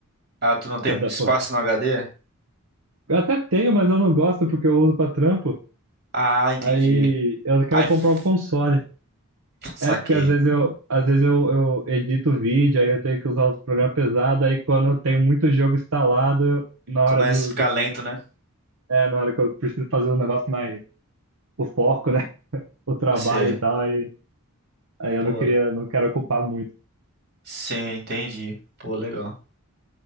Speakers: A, on the right; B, on the right.
A: Ah, tu não tem
B: Que
A: muito
B: é da,
A: espaço
B: pô.
A: no HD?
B: Eu até tenho, mas eu não gosto porque eu uso pra trampo.
A: Ah, entendi.
B: Aí eu quero
A: Aí, f-
B: comprar um console.
A: saquei.
B: É porque às vezes eu, às vezes eu, eu edito vídeo, aí eu tenho que usar os programas pesados, aí quando eu tenho muito jogo instalado, eu, na hora
A: Começa
B: do,
A: a ficar
B: do-
A: lento, né?
B: é, na hora que eu preciso fazer um negócio mais o foco, né? <laughs> O trabalho
A: Você,
B: e tal, aí, aí eu
A: pô,
B: não queria, não quero ocupar muito.
A: sim, entendi. Pô, legal.